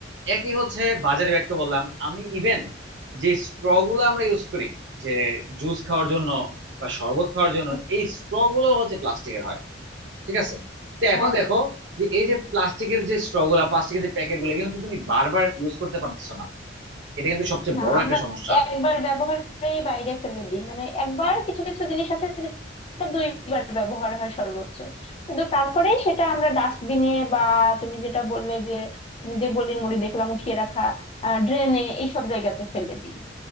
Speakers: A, on the right; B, on the left.
A: একই হচ্ছে বাজারে ব্যাগ তো বললাম আমি ইভেন যে স্ট্র গুলো আমরা ইউজ করি যে জুস খাওয়ার জন্য বা শরবত খাওয়ার জন্য
B: উম,
A: এই স্ট্র গুলো হচ্ছে প্লাস্টিকের হয় ঠিক আছে তো এখন
B: হ্যাঁ
A: দেখো যে এই যে প্লাস্টিকের যে স্ট্র গুলা প্লাস্টিকের যে প্যাকেট গুলো এগুলো কিন্তু তুমি বারবার ইউজ করতে পারতেছো না এটা কিন্তু সবচেয়ে
B: না
A: বড়
B: আমরা
A: একটা সমস্যা
B: একবার ব্যবহার করেই বাইরে ফেলে দিই মানে একবার কিছু কিছু জিনিস আছে যেটা দুইবার ব্যবহার হয় সর্বোচ্চ কিন্তু তারপরে সেটা আমরা ডাস্টবিনে বা তুমি যেটা বললে যে আমি যে গলির মোড়ে দেখলাম উঠিয়ে রাখা ড্রেনে এইসব জায়গাতে ফেলে দিই